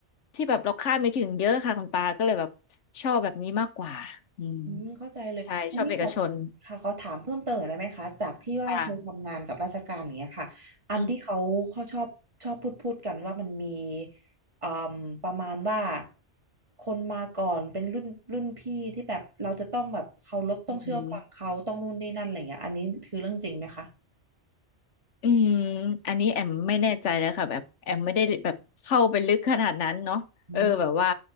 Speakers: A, on the left (about 80°); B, on the right (about 25°).
A: ที่แบบเราคาดไม่ถึงเยอะค่ะคุณปาก็เลยแบบชอบแบบนี้มากกว่าอืม
B: อืมเข้าใจเลยอันนี้ขอ
A: ใช่ชอบเอกชน
B: ค่ะขอถามเพิ่มเติมหน่อยได้ไหมคะจากที่ว่าเคยทำงานกับราชการอย่างเงี้ยค่ะ
A: อ่า
B: อันที่เขาเขาชอบชอบพูดพูดกันว่ามันมี
A: อืม
B: อืมประมาณว่าคนมาก่อนเป็นรุ่นรุ่นพี่ที่แบบเราจะต้องแบบเคารพต้องเชื่อฟังเขาต้องนู่นนี่นั่นอะไรอย่างเงี้ยอันนี้คือเรื่องจริงไหมคะ
A: อืม อืมอันนี้แอมไม่แน่ใจแล้วค่ะแบบแอมไม่ได้แบบเข้าไปลึกขนาดนั้นเนาะเออแบบว่า
B: อืม